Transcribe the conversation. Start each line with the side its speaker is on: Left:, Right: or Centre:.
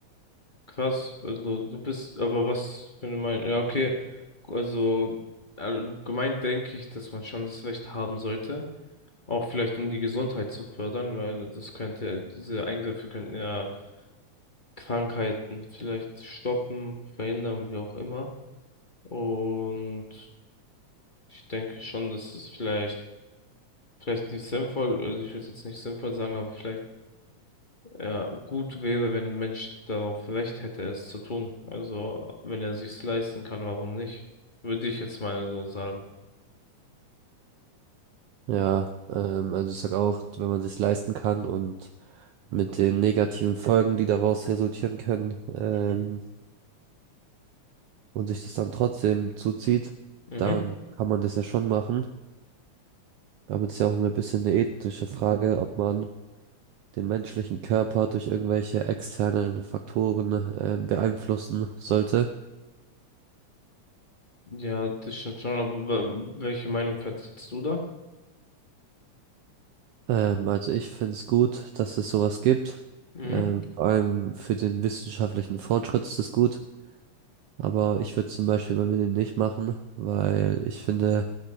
Left: krass. Also du bist, aber was für eine Meinung? Ja, okay. Also allgemein denke ich, dass man schon das Recht haben sollte. Auch vielleicht, um die Gesundheit zu fördern, weil das könnte, diese Eingriffe könnten ja Krankheiten vielleicht stoppen, verhindern, wie auch immer. Und ich denke schon, dass es vielleicht vielleicht nicht sinnvoll, also ich würde es jetzt nicht sinnvoll sagen, aber vielleicht ja, gut wäre, wenn ein Mensch darauf Recht hätte, es zu tun. Also wenn er sich's leisten kann, warum nicht? Würde ich jetzt mal so sagen.
Right: ja. Ähm, also ich sag auch, wenn man sich leisten kann und mit den negativen Folgen, die daraus resultieren können, ähm,
Left: Mhm.
Right: und sich das dann trotzdem zuzieht,
Left: Mhm.
Right: dann kann man das ja schon machen. Damit ist ja auch ein bisschen eine ethische Frage, ob man den menschlichen Körper durch irgendwelche externen Faktoren ähm, beeinflussen sollte.
Left: Ja, das stimmt schon, aber wa- welche Meinung vertrittst du da?
Right: Ähm, also ich finde es gut, dass es sowas gibt.
Left: Mhm.
Right: Ähm, vor allem für den wissenschaftlichen Fortschritt ist es gut. Aber ich würde zum Beispiel bei mir nicht machen, weil ich finde,